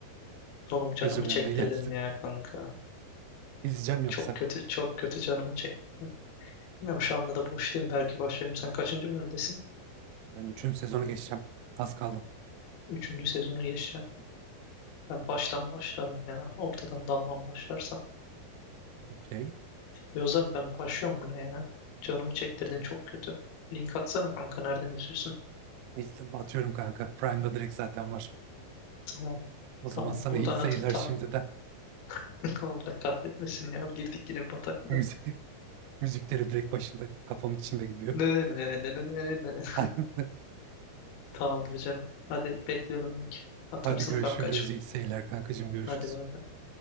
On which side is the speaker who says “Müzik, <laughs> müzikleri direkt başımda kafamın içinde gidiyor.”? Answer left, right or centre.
Right